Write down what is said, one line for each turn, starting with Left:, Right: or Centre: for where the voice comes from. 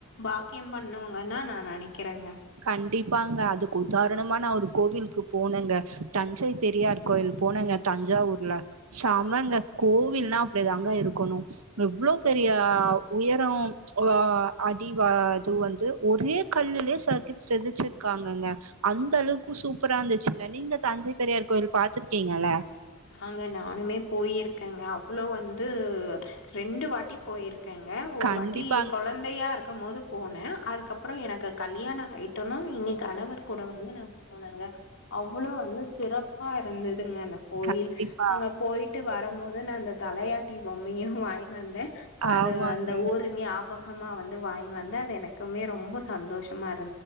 Left: பாக்கியம் பண்ணவங்க தா நா நெனக் கிறங்க
Right: கண்டிப்பாங்க அதுக்கு உதாரணமா நா ஒரு கோவில்க்கு போனேங்க தஞ்சை பெரியார் கோயில் போனேங்க தஞ்சாவூர்ல சமங்க கோவில்னா அப்படிதாங்க இருக்கணு எவ்ளோ பெரிய உயரம் அடி அது வந்து ஒரே கல்லுலே செ செதுச்சிருக்காங்கங்க அந்த அளவுக்கு சூப்பரா இருந்துச்சுங்க நீங்க தஞ்சை பெரியார் கோயில் பாத்துருக்கீங்கல்ல
Left: ஆங்க நானுமே போயிருக்கேங்க அவ்வளொ வந் து ரெண்டு வாட்டி போயிருக்கேங்க ஒரு
Right: கண்டிப்பாங்க.
Left: வாட்டி கொழந்தையா இருக் கும் போது போனே அதுக்கப்ற எனக்கு கல்யாண ஆயிட்டனொ இங்க கணவர் கூட வந்து நா போனேங்க அவ்வளோ வந்து சிறப்பா இருந்ததுங்க கோயில்
Right: கண்டிப்பா.
Left: அங்க போயிட்டு வரும்மோ து நாந்த தலையாட்டி பொம்மையு வாங்கினுவந்தே அது
Right: ஆமாங்க.
Left: அந்த ஊர் நியாபகமா வந் து வாங்கினு வந்த அது எனக்குமே ரொம்ப சந்தோஷமாரு